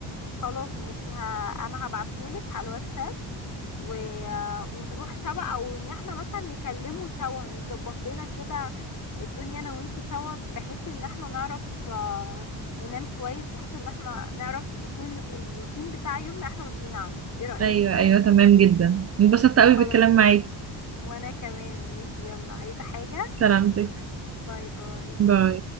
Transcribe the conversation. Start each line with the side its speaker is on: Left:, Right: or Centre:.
Left: خلاص ماشي ها انا هبعتهولك على الواتساب و... ونروح سوا او ان احنا مثلا نكلمه سوا نظبط لنا كده الدنيا انا وانتي سوا بحيث ان احنا نعرف آه، ننام كويس بحيث ان احنا نعرف يكون الروتين بتاع يومنا احنا راضيين عنه ايه رأيك
Right: ايوه ايوه تمام جدا انبسطت قوي
Left: خلاص
Right: بالكلام معاكي
Left: وانا كمان ماشي يلا عايزة حاجة
Right: سلامتك
Left: باي باي
Right: باي